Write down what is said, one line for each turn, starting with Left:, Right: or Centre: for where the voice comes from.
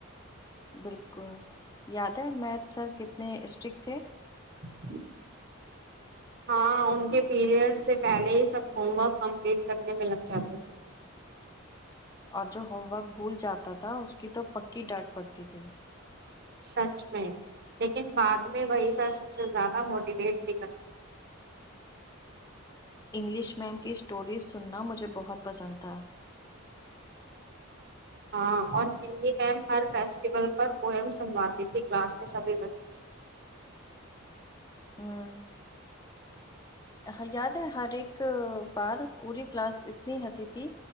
Left: بالکل یاد ہے میتھ سر کتنے اسٹرک تھے
Right: <inaudible> ہاں ان کے پیریڈ سے پہلے ہی سب ہوم ورک کمپلیٹ کرنے میں لگ جاتے تھے
Left: اور جو ہوم ورک بھول جاتا تھا اس کی تو پکی ڈانٹ پڑتی تھی
Right: سچ میں لیکن بعد میں وہی سر سب سے زیادہ موٹیویٹ بھی کر
Left: انگلش میم کی اسٹوریز سننا مجھے بہت پسند تھا
Right: ہاں اور ہندی میم ہر فیسٹیول پر پویم سنواتی تھی کلاس میں سب ہی بچوں سے
Left: ہوں ہاں یاد ہے ہر ایک بار پوری کلاس اتنی ہنسی تھی